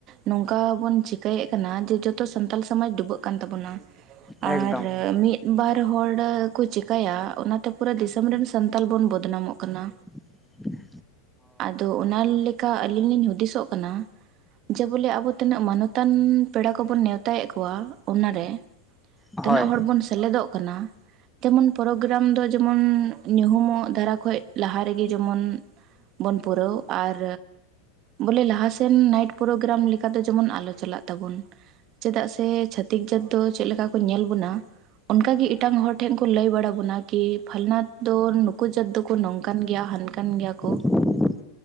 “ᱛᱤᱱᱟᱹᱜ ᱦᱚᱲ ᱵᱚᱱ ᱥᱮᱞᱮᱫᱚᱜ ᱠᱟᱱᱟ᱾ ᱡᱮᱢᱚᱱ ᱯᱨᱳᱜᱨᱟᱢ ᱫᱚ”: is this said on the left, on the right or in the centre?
Right